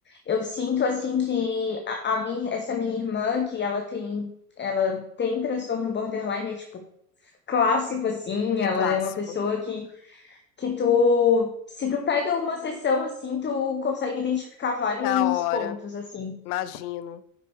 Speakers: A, on the left; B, on the left.
A: Eu sinto, assim, que a, a minha, essa minha irmã, que ela tem... Ela tem transtorno borderline, é tipo clássico, assim.
B: É
A: Ela
B: clássico.
A: é uma pessoa que que tu, se tu pega uma sessão assim, tu consegue identificar vários
B: Na hora,
A: pontos assim.
B: imagino,